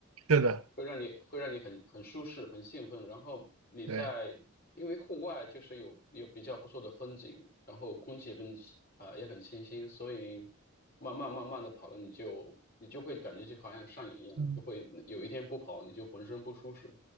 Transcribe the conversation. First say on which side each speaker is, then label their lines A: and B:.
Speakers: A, on the right; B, on the left.
A: 是的，
B: 会让你会让你很很舒适、很兴奋。然后你在因为户外就是有有比较不错的风景，
A: 对，
B: 然后空气也很清啊、呃也很清新，所以慢慢慢慢的跑了，你就你就会感觉就好像上瘾一样，
A: 嗯，
B: 你就会有一天不跑你就浑身不舒适。